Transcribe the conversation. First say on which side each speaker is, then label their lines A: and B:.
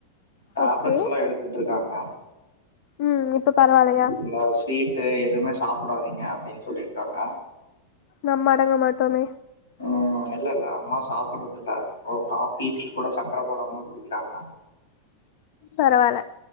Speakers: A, on the left; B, on the left.
A: டேப்லெட்ஸ்
B: ஓகே
A: எல்லா எடுத்துட்ருக்காங்க
B: ம் இப்ப பரவாயில்லையா
A: இன்னா ஸ்வீட் ட்டு எதுமே சாப்டாதீங்க அப்டின் சொல்லிர்க்காங்க
B: நம்ம அடங்க மாட்டோமே
A: ம் இல்ல இல்ல அம்மா சாப்பர்றதுல்ல ஒரு காஃபி டீ கூட சக்கர போடாம குடிகிறாங்க
B: பரவால